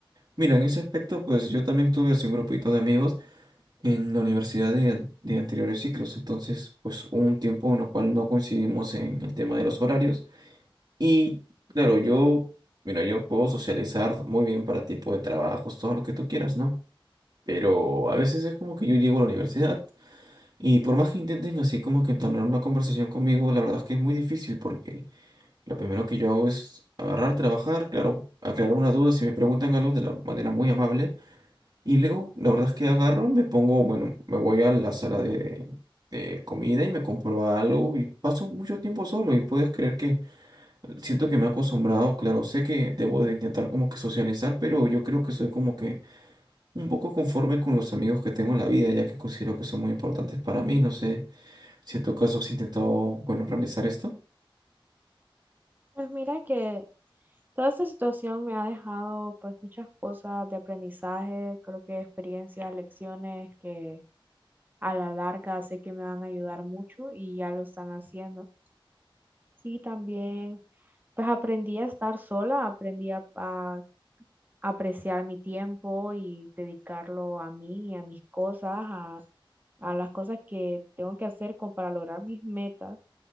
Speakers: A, on the right (about 45°); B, on the right (about 20°).
A: Mira, en ese aspecto, pues yo también tuve así un grupito de amigos en la universidad de, an- de anteriores ciclos, entonces pues hubo un tiempo en el cual no coincidimos en el tema de los horarios. Y claro, yo, mira, yo puedo socializar muy bien para tipo de trabajos, todo lo que tú quieras, ¿no? Pero a veces es como que yo llego a la universidad y por más que intenten así como que entablar una conversación conmigo, la verdad es que es muy difícil porque lo primero que yo hago es agarrar, trabajar, claro, aclarar una duda si me preguntan algo de la manera muy amable y luego la verdad es que agarro, me pongo, bueno, me voy a la sala de, de comida y me compro algo y paso mucho tiempo solo y puedes creer que... Siento que me he acostumbrado, claro, sé que debo de intentar como que socializar, pero yo creo que soy como que un poco conforme con los amigos que tengo en la vida, ya que considero que son muy importantes para mí, no sé si en tu caso has intentado, bueno, realizar esto.
B: Pues mira que toda esta situación me ha dejado pues muchas cosas de aprendizaje, creo que experiencias, lecciones que a la larga sé que me van a ayudar mucho y ya lo están haciendo. Sí, también pues aprendí a estar sola, aprendí a, a apreciar mi tiempo y dedicarlo a mí y a mis cosas, a, a las cosas que tengo que hacer como para lograr mis metas.